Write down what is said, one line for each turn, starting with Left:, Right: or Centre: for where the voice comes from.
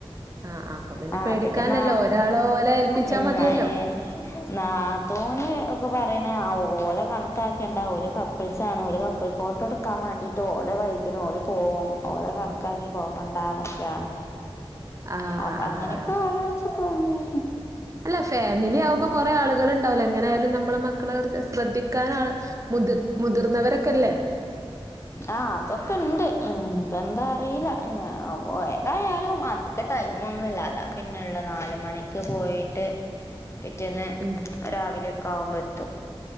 Right: ആഹ് അപ്പൊ പിന്നെ
Left: ആഹ്
Right: പേടിക്കാനില്ലല്ലോ
Left: പിന്നെന്നാ
Right: ഒരാളെ ഓലെ ഏൽപ്പിച്ചാ
Left: ഉം
Right: മതിയല്ലോ
Left: നനാ തോനേ ഇത് ഒക്കെ പറയണ ഓലെ കണക്കാക്കെണ്ടാ ഓല് കപ്പിൾസ് ആണ് ഓല് കപ്പിൾ ഫോട്ടോ എടുക്കാൻ വേണ്ടീട്ട് ഓല വൈബിന് ഓല് പോ പോകും ഓത കണക്കാക്കി പോകണ്ടന്നൊക്കെയാണ്
Right: ആഹ്
Left: അപ്പൊ അങ്ങനെയൊക്കെ
Right: ആഹ്
Left: ആലച്ച പോങ്ങ
Right: അല്ല ഫാമിലി ആകുമ്പോ കൊറെ ആളുകൾ ഉണ്ടാവല്ലോ എങ്ങനെ ആയാലും നമ്മള മക്കളെ ശ്രദ്ധിക്കൻ ആ മുതി മുതിർന്നവരൊക്കെല്ലേ
Left: ആഹ അതൊക്കെ ഇണ്ട് ഇപ്പ എന്താ അറിയില്ല
Right: ഉം
Left: ഞ പോയ എന്തായാലും അതൊക്ക ടൈമ ഒന്നും ഇല്ലാതെ പിന്നെള്ള നാല മണിക്ക് പോയിട്ട് പിറ്റേന്ന്
Right: ഉം
Left: രാവിലെയൊക്കെ ആവുമ്പോ എത്തും